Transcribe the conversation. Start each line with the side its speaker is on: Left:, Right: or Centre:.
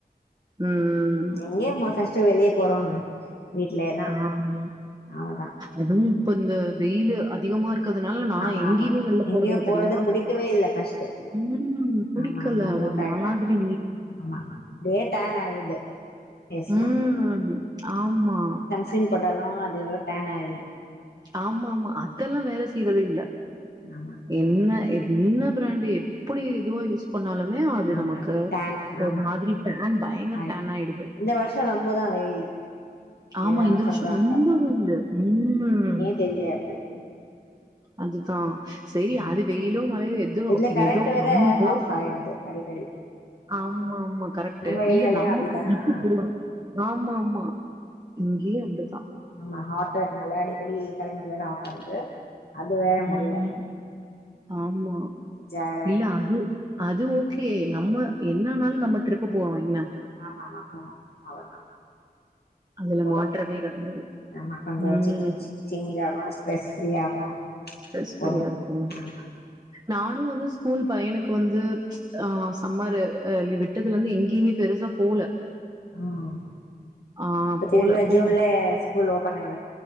Right: ம்
Left: இங்கயே போகஸ் சோ வெளியே போறோன்னு வீட்லயே தா
Right: ஆ ம்
Left: அவ்ளதா
Right: அதுவு இப்போ இந்த வெயிலு அதிகமா இருக்கதுனால நா
Left: ஆமா
Right: எங்கேயுமே
Left: ஆமா
Right: வெள்ள போறதுல
Left: எங்கயு போறது
Right: தெரியுமா
Left: புடிக்கவே இல்ல ஃபஸ்ட்டு
Right: ம் குடிக்கல
Left: ஆமா ஆமா அதுவு
Right: அவ
Left: கரெக்ட்
Right: மாதிரி
Left: தா ஆமா அப்டியே டேன் ஆயிடுது ஃபேஸ்லா
Right: ம் ஆமா
Left: சீன் போட்டாலு அது டேன் ஆயிரு
Right: ஆமா ஆமா அதெல்லா வேல செய்யறதே இல்ல
Left: ஆமா
Right: என்ன எ இன்ன பிராண்டு எப்பிடி இதுவா யூஸ் பண்ணாலுமே அது
Left: ஆமா
Right: நமக்கு
Left: டேன்
Right: ஒரு
Left: ஆமா
Right: மாதிரி டேன் பயங்கர
Left: ஆயிருது
Right: டேன் ஆயிடுது
Left: இந்த வருஷோ ரொம்பதா வெயிலு
Right: ஆமா
Left: எல்லாரு
Right: இந்த வருஷ
Left: சொல்றாங்க
Right: ரொம்ப உண்டு ம்
Left: தெரியல அப்பிடி
Right: அதுதா சேரி
Left: ம்
Right: அது வெயிலு மழையோ எதோ
Left: இதுல கரண்ட்
Right: எதோ
Left: வேற
Right: நம்ம போற
Left: ஆஃப் ஆயிருது அடிக்கடி
Right: ஆமா ஆமா கரெக்ட்
Left: உங்க
Right: இல்ல
Left: ஏரியாலயு
Right: நம்ம
Left: அப்டிதானா
Right: ப்புபோறோ ஆமா ஆமா இங்கேயு அப்டிதா
Left: ஆமா ஹார்ட் இருக்கு நல்லா அடிக்கடி கரண்ட் வேல ஆப் ஆகுது அது வேற
Right: ம்
Left: முடில
Right: ஆமா
Left: ஜாலாயிடுது
Right: இல்ல அது அதுவு கே நம்ம என்னனாலு நம்ம ட்ரிப் போறோ என்ன
Left: ஆ நா போனு அவதா
Right: அதுல
Left: போலா
Right: மாற்றமே கெடையாது
Left: நம்ம கொஞ்சோ
Right: ம்
Left: சேஞ்ச் சேஞ்ச் ஆகு ஸ்ட்ரெஸ் ஃப்ரீ ஆகு
Right: ஸ்பெஸ் பிரியா
Left: போலா
Right: இருக்கு
Left: ஆமா
Right: நானு வந்து ஸ்கூல் பையனுக்கு வந்து ஆ சம்மர் லி விட்டதுல இருந்து எங்கேயுமே பெருசா போல
Left: ம்
Right: ஆ
Left: இப்ப
Right: போல
Left: திரும்ப
Right: போ
Left: ஜூன்ல ஸ்கூல் ஓப் பண்ணக